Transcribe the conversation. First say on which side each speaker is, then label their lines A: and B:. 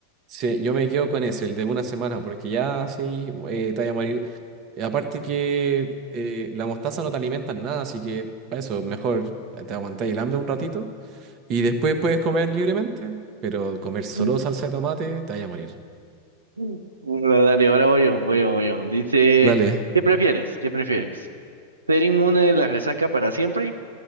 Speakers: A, on the right; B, on the right.
A: Sí, yo me quedo con ese, el de una semana, porque ya sí, eh, te vaya a morir. Eh, Aparte que eh, la mostaza no te alimenta en nada, así que para eso mejor te aguantáis el hambre un ratito y después puedes comer libremente, pero comer solo
B: Mm,
A: salsa de tomate te vaya a morir.
B: mm. Bueno, dale, ahora voy yo, voy yo, voy yo. Dice,
A: Dale.
B: ¿qué prefieres? ¿Qué prefieres? ¿Ser inmune de la resaca para siempre